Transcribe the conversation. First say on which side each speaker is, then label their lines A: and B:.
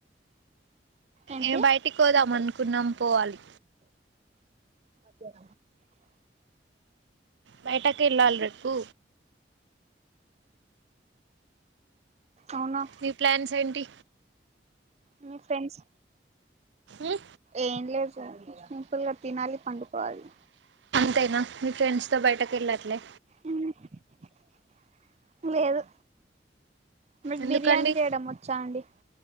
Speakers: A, on the right; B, on the right.
A: ఏంటి
B: ఏం బయటికి పోదాం అనుకున్నాం పోవాలి
A: <unintelligible>
B: బయటకెళ్ళలి రేపు
A: అవునా
B: నీ ప్లాన్స్ ఏంటి
A: మీ ఫ్రెండ్స్
B: ఉం?
A: ఏం లేదు సిప్ సింపుల్ గా తినాలి పండుకోవాలి
B: అంతేనా మీ ఫ్రెండ్స్ తో బయటకి వెళ్ళట్లే
A: ఉమ్ లేదు మీకు
B: ఎందుకండి
A: బిర్యానీ చేయడం వచ్చా అండి